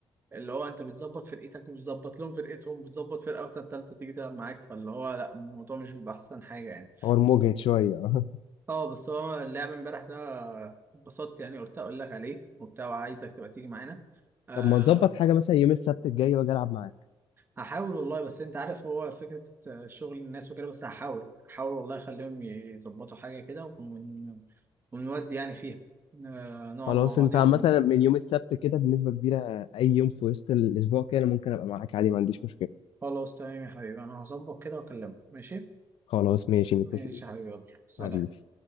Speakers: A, on the right; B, on the left.
A: اللي هو انت بتظبط فرقتك وبتظبط لهم فرقتهم بتظبط فرقه مثلا ثالثه تيجي تلعب معاك فاللي هو لا الموضوع مش بيبقى احسن حاجه يعني
B: حوار مجهد شوية اه
A: اه بس هو اللعب امبارح ده اتبسطت يعني قلت اقول لك عليه وبتاع وعايزك تبقى تيجي معانا أه
B: طب ما نظبط حاجة مثلا يوم السبت الجاي وأجي ألعب معاك
A: هحاول والله بس انت عارف هو فكرة آه، شغل الناس وكده بس هحاول هحاول والله اخليهم يظبطوا حاجة كده ون... ونودي يعني فيها أه نقعد
B: خلاص
A: مع بعضينا
B: أنت عامة
A: ونبقى
B: من يوم السبت كده بنسبة كبيرة أي يوم في وسط الأسبوع كده أنا ممكن أبقى معاك عادي ما عنديش مشكلة
A: خلاص تمام يا حبيبي انا هظبط كده واكلمك ماشي
B: خلاص ماشي متفقين
A: ماشي يا حبيبي يلا سلام
B: حبيبي